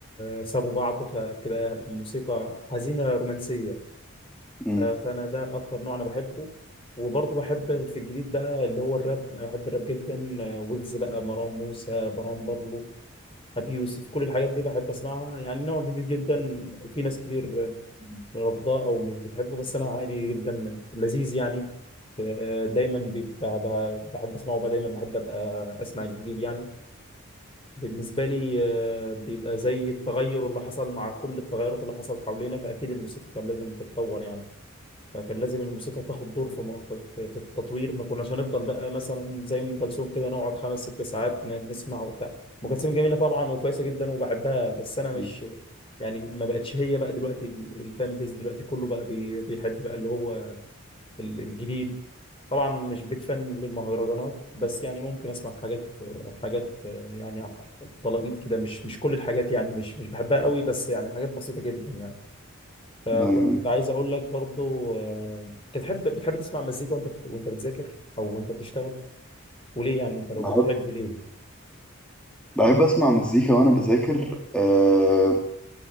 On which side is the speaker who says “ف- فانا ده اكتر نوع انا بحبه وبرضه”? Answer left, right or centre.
Left